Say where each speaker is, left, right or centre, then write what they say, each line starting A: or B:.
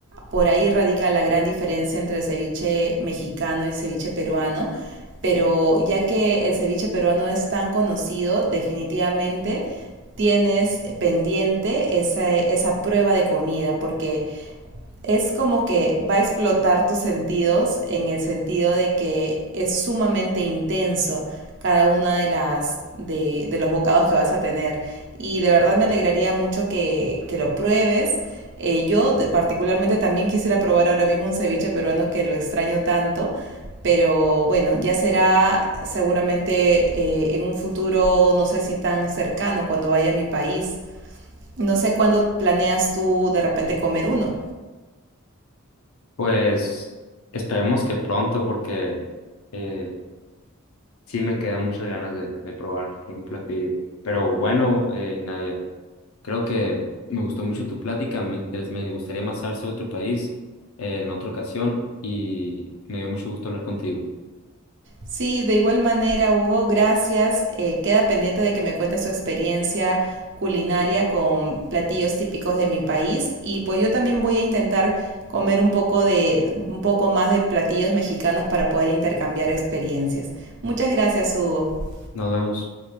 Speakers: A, on the right (about 60°); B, on the left (about 75°).
A: por ahí radica la gran diferencia entre el ceviche mexicano y el ceviche peruano, pero ya que el ceviche peruano es tan conocido, definitivamente tienes pendiente esa, esa prueba de comida, porque es como que va a explotar tus sentidos en el sentido de que es sumamente intenso cada una de las de, de los bocados que vas a tener. Y de verdad me alegraría mucho que, que lo pruebes. Eh, yo de- particularmente también quisiera probar ahora mismo un ceviche peruano que lo extraño tanto, pero bueno, ya será seguramente eh, en un futuro, no sé si tan cercano, cuando vaya a mi país. No sé cuándo planeas tú de repente comer uno.
B: Pues, esperemos que pronto, porque, eh, Sí, me quedan muchas ganas de, de probar algún platillo. Pero bueno, eh, Nadia, creo que me gustó mucho tu plática. Me, interes- me gustaría más saber sobre tu país eh, en otra ocasión y me dio mucho gusto hablar contigo.
A: Sí, de igual manera, Hugo, gracias. Eh, queda pendiente de que me cuentes su experiencia culinaria con platillos típicos de mi país y pues yo también voy a intentar comer un poco de un poco más de platillos mexicanos para poder intercambiar experiencias. Muchas gracias, Hugo.
B: Nos vemos.